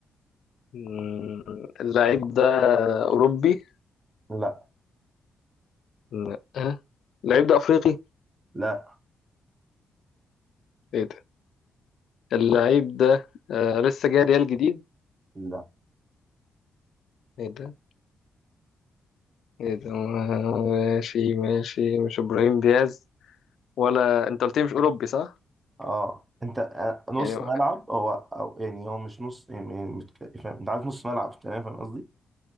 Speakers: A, on the left (about 65°); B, on the right (about 15°).
A: مم. اللعيب ده اوروبي
B: لا
A: لا. أه. اللعيب ده افريقي
B: لا
A: ايه ده اللعيب ده آه لسه جاي ريال جديد
B: لا
A: ايه ده ايه ده ماشي ماشي مش ابراهيم دياز ولا انت قلت لي مش اوروبي صح
B: اه انت آه، نص
A: يعني
B: ملعب هو او يعني هو مش نص يعني يعني متك- فاهم انت عارف نص ملعب تمام فاهم قصدي